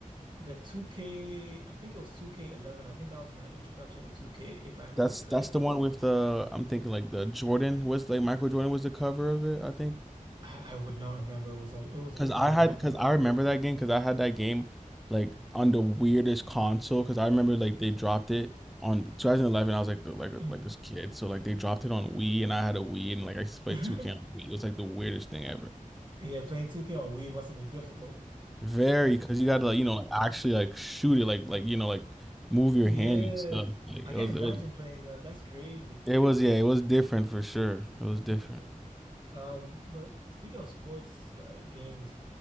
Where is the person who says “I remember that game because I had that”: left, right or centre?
Centre